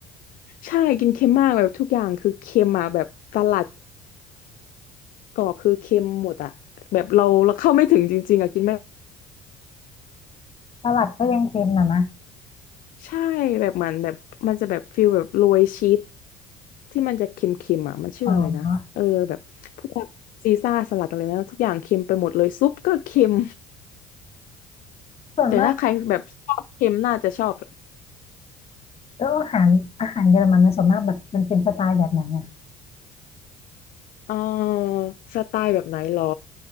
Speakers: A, on the left (about 45°); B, on the left (about 30°).
A: ใช่กินเค็มมากแบบทุกอย่างคือเค็มอ่ะแบบสลัดก็คือเค็มหมดอ่ะแบบเราเราเข้าไม่ถึงจริงๆอ่ะกินไม่
B: สลัดก็ยังเค็มนะนะ
A: ใช่แบบเหมือนแบบมันจะแบบฟิลแบบโรยชีสที่มันจะเค็มๆอ่ะมันชื่ออะไรนะเออแบบพวกซีซ่าสลัดอะไรนะทุกอย่างเค็มไปหมดเลยซุปก็เค็ม
B: อ๋อส่วนมาก
A: แต่ถ้าใครแบบชอบเค็มน่าจะชอบ
B: แล้วอาหารอาหารเยอรมันนะส่วนมากแบบมันเป็นสไตล์แบบไหนอ่ะ
A: เออสไตล์แบบไหนหรอ